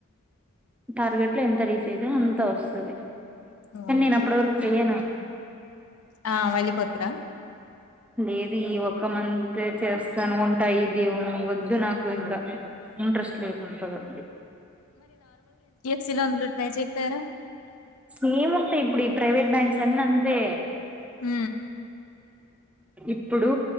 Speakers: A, in the centre; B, on the left.
A: టార్గెట్ లో ఎంత రీచ్ అయితదొ అంత వస్తది
B: అవును
A: కానీ నేను అప్పటి వరకు చెయ్యను
B: ఆ వెళ్లిపోతురా
A: లేదు ఈ ఒక్క మంత చేస్తాను ఉంటాయి ఇది వద్దు నాకు ఇంకా ఇంట్రెస్ట్ లే ఉంటంది
B: సిలు అందులు ట్రై చేయక పోయారా
A: సేమ్ ఉంటాయి ఇప్పుడు ఈ ప్రైవేట్ బ్యాంక్స్ అన్న అంతే
B: హ
A: ఇప్పుడు